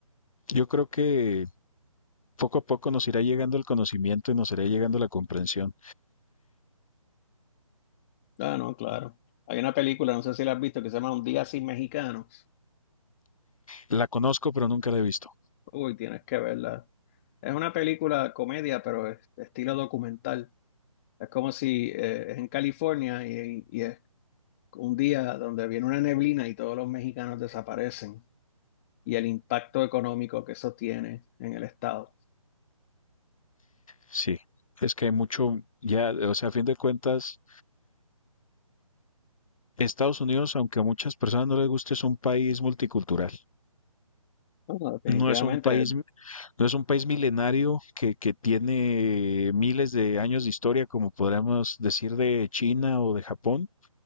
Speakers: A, on the left (about 70°); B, on the left (about 20°).
A: yo creo que poco a poco nos irá llegando el conocimiento y nos irá llegando la comprensión.
B: Ah, no, claro. Hay una película, no sé si la has visto, que se llama Un día sin mexicanos.
A: La conozco, pero nunca la he visto.
B: Uy, tienes que verla. Es una película comedia, pero es de estilo documental Es como si eh, es en California y, y es un día donde viene una neblina y todos los mexicanos desaparecen y el impacto económico que eso tiene en el estado.
A: Sí, es que hay mucho, ya, o sea, a fin de cuentas. Estados Unidos, aunque a muchas personas no les guste, es un país multicultural.
B: Bueno, definitivamente,
A: No es un país, mi- no es un país milenario que, que tiene miles de años de historia, como podríamos decir de China o de Japón.